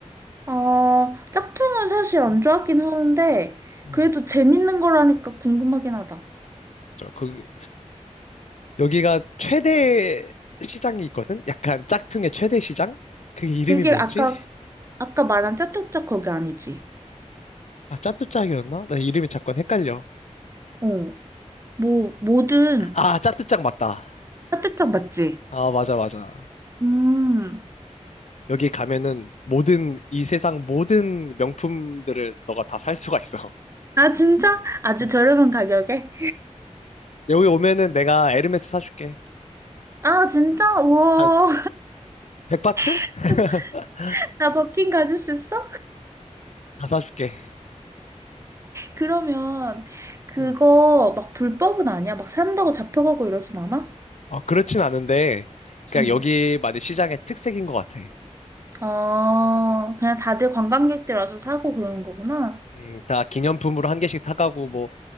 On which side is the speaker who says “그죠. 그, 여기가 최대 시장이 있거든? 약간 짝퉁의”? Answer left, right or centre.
Left